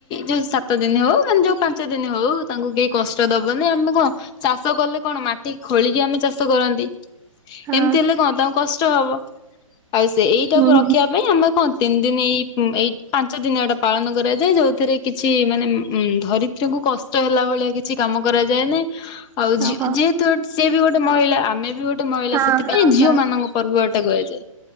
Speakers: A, on the left; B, on the right.
A: ଯୋଉ ସାତ ଦିନ ହଉ ବା ଯୋଉ ପାଞ୍ଚ ଦିନ ହଉ ତାଙ୍କୁ କେହି କଷ୍ଟ ଦବନି ଆମେ କଣ ଚାଷ କଲେ କଣ ମାଟି ଖୋଳିକି ଆମେ ଚାଷ କରନ୍ତି।
B: ହଁ
A: ଏମିତି ହେଲେ କଣ ତାଙ୍କୁ କଷ ଷ୍ଟ ହବ। ଆଉ ସେ ଏଇଟାକୁ
B: ହୁଁ
A: ରଖିବା
B: ହୁଁ।
A: ପାଇଁ ଆମେ କଣ ତିନି ଦିନ ଏଇ ଏଇ ପାଞ୍ଚ ଦିନଟା ପାଳନ କରାଯାଏ ଯୋଉଥିରେ କିଛି ମାନେ ଉ ଧରିତ୍ରୀଙ୍କୁ କଷ୍ଟ ହେଲା ଭଳିଆ କିଛି କାମ କରାଯାଏ ନି ଆଉ
B: ଓହୋ
A: ଜି ଯେହେତୁ ସେ ବି ଗୋଟେ ମହିଳା ଆମେ ବି ଗୋଟେ ମହିଳା
B: ହଁ
A: ସେଥିପାଇଁ
B: ହଁ
A: ଝିଅ
B: ହଁ
A: ମାନଙ୍କ ପର୍ବ କୁହାଯାଏ।